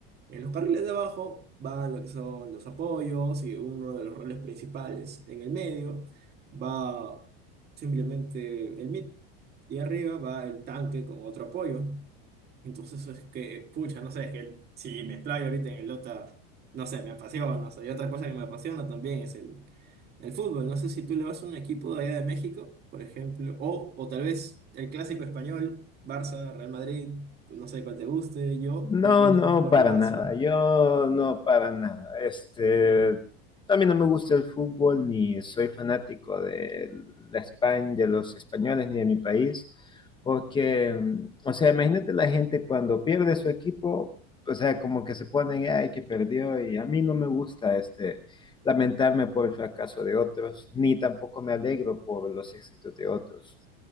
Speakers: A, on the right; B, on the left.
A: En los carriles de abajo van lo que son los apoyos y uno de los roles principales. En el medio va simplemente el mid y arriba va el tanque con otro apoyo. Entonces es que, pucha, no sé, es que el- si me explayo ahorita en el Dota, no sé, me apasiona, no sé, y otra cosa que me apasiona también es el, el fútbol. No sé si tú le vas a un equipo de allá de México, por ejemplo, o, o tal vez el clásico español, Barça, Real Madrid, no sé cuál te guste, yo
B: No,
A: me inclino
B: no,
A: más por
B: para
A: el Barça.
B: nada. Yo no, para nada. Este, también no me gusta el fútbol, ni soy fanático de la España, de los españoles, ni de mi país, porque, mm, o sea, imagínate la gente cuando pierde su equipo, o sea, como que se ponen, ay, que perdió, y a mí no me gusta, este, lamentarme por el fracaso de otros, ni tampoco me alegro por los éxitos de otros